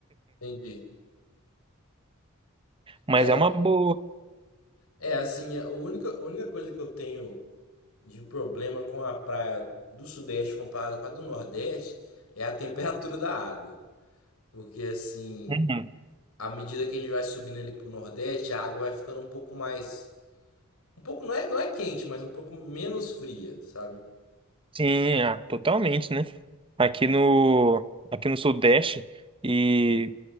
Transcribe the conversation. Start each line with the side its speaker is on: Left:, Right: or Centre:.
Left: Entendi.
Right: Mas
Left: É,
Right: é uma boa.
Left: é assim, a única, a única coisa que eu tenho de problema com a praia do Sudeste comparada com a do Nordeste é a temperatura da água. Porque assim,
Right: Uhum.
Left: à medida que a gente vai subindo ali pro Nordeste, a água vai ficando um pouco mais Um pouco, não é, não é quente, mas um pouco menos fria, sabe?
Right: Sim, ah, totalmente, né? Aqui no, aqui no Sudeste e